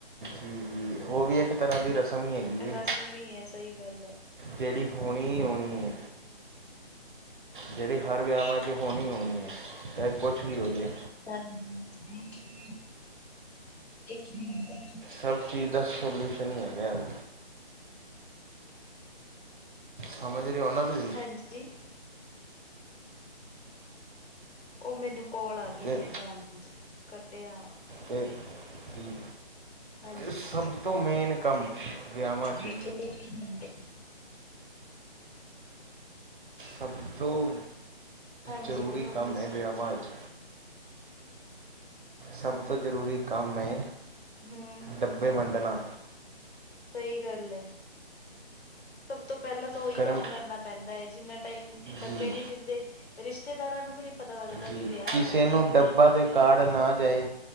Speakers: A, on the right (about 55°); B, on the left (about 80°).
A: ਜੀ -ਜੀ ਉਹ ਵੀ ਇੱਕ ਤਰ੍ਹਾਂ ਦੀ ਰਸਮ ਹੀ ਹੈਗੀ ਏ।
B: ਰਸਮ ਹੀ ਹੈ ਸਹੀ ਗੱਲ
A: ਜਿਹੜੀ ਹੋਣੀ ਹੀ ਹੋਣੀ ਏ।
B: ਹਮ।
A: ਜਿਹੜੀ ਹਰ ਵਿਆਹਵਾਂ ਚ ਹੋਣੀ- ਹੋਣੀ ਏ, ਚਾਹੇ ਕੁਛ ਵੀ ਹੋ ਜਾਵੇ।
B: ਹਾਂਜੀ। ਇੱਕ ਮਿੰਟ
A: ਸਭ ਚੀਜ਼ ਦਾ ਸੋਲਿਊਸ਼ਨ ਹੀ ਹੈਗਾ ਉਹ। ਸਮਝ ਰਹੇ ਹੋ ਨਾ ਤੁਸੀਂ।
B: ਹਾਂਜੀ। ਉਹ ਮੈਨੂੰ ਕੋਲ ਆ ਗਈ
A: ਤੇ
B: ਸੀ ਫੋਨ ਚ, ਕੱਟਿਆ ਵਾ।
A: ਤੇ ਕੀ
B: ਹਾਂਜੀ,
A: ਇਹ ਸਭ ਤੋਂ ਮੇਨ ਕੰਮ ਵਿਆਹਾਂ
B: <unintelligible>
A: 'ਚ ਸਭ ਤੋਂ
B: ਹਾਂਜੀ
A: ਜ਼ਰੂਰੀ
B: ਹੁਣ
A: ਕੰਮ
B: ਦੱਸੋ
A: ਹੈ ਵਿਆਹਵਾਂ ਚ ਸਭ ਤੋਂ ਜ਼ਰੂਰੀ ਕੰਮ ਏ,
B: ਹੂੰ
A: ਡੱਬੇ ਵੰਡਣਾ
B: ਸਹੀ ਗੱਲ ਏ, ਸਭ ਤੋਂ ਪਹਿਲਾਂ ਤਾਂ ਉਹੀ
A: ਕਰਮ
B: ਕੰਮ ਕਰਨਾ। ਪੈਂਦਾ ਏ, ਜਿੰਨਾ ਟਾਈਮ ਡੱਬੇ
A: ਜੀ
B: ਨਹੀਂ ਦਿੰਦੇ ਰਿਸ਼ਤੇਦਾਰਾਂ ਨੂੰ ਵੀ ਨੀ ਪਤਾ ਲੱਗਦਾ, ਵੀ
A: ਜੀ
B: ਵਿਆਹ
A: ਕਿਸੇ
B: ਆ ਗਿਆ
A: ਨੂੰ
B: ਹੈ।
A: ਡੱਬਾ ਤੇ ਕਾਰਡ ਨਾ ਜਾਏ,